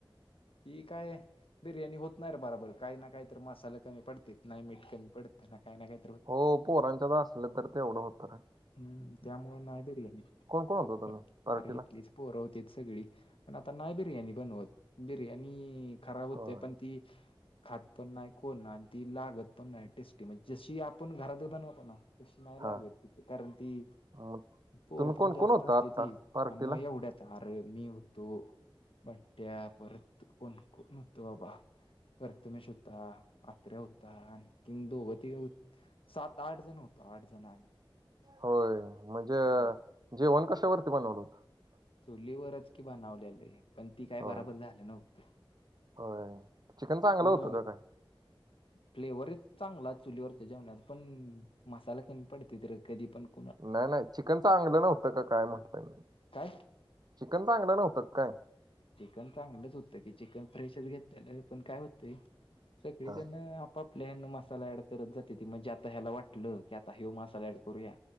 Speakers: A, on the left (about 75°); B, on the right (about 50°).
A: ती काय बिर्याणी होत नाय र बराबर काय ना काय तर मी मासाल कमी पडत्यात नाय मीठ कमी. पडत काय ना काय
B: हो पोरांच्यात आसलं तर तेवढं होत ना.
A: हम्म त्यामुळें नाय बिर्याणी,
B: कोण होता तुम्ही
A: क
B: पार्टीला
A: आरे इथलीच पोरं होत्यात सगळी, पण आता नाय बिर्याणी बनवत, बिर्याणी खराब हुत्या
B: होय
A: पण ती खात पण नाय कोण आन् ती लागत पण नाय. टेस्टी म्हणजे जशी आपण घरात बनवतो ना तशी नाय लागत
B: हा
A: तिथं, कारण ती
B: मग
A: पोर
B: तुम्ही
A: पण
B: कोण
A: जास्त
B: कोण होता
A: असत्याती
B: आत्ता पार्टीला
A: आणि मग एवढ्यात आरे मी होतो. बंट्या परत कोण-कोण हुत अबा प्रथमेश होता. अत्र्या हुता आणखीन दोघ तीघ हुत सात-आठ जण होतं आठ जण आम्ही.
B: होय म्हणज अ..
A: होय
B: जेवण कशावरती बनवलं हुतं
A: चुलीवरच की बनवलेलं पण ती काय
B: होय
A: बराबर झालं नव्हतं
B: होय चिकन चांगलं
A: पण
B: हुतं का काय
A: फ्लेवर एक चांगलाय चुलीवरच ते जेवणाच पण मसाल कमी पडत्याती रं कधी पण त्य
B: नाय नाय चिकन चांगलं नव्हतं का काय म्हटलं..
A: काय
B: चिकन चांगलं नव्हतं काय
A: चिकन चांगलंच हुत की चिकन फ्रेशच घेतल्याल पण काय होतंय सगळीजण
B: हा
A: आप पापल्यान मसालं ॲड करत जात्याती म्हणजे आता ह्याला वाटलं की आता ह्यो मासाला ॲड करूया